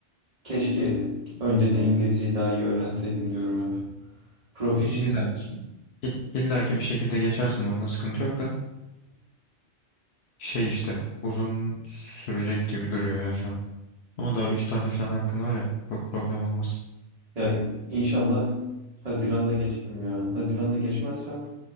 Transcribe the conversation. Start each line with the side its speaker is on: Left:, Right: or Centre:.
Right: Keşke önceden İngilizceyi daha iyi öğrenseydim diyorum hep. Proficient.
Left: E, İlla ki, il- illa ki bir şekilde geçersin. Onda sıkıntı yok da. Şey işte uzun sürecek gibi duruyor ya şu an. Ama daha 3 tane falan hakkın var ya. Çok problem olmaz.
Right: Ya inşallah Haziran'da geçerim ya. Haziran'da geçmezsem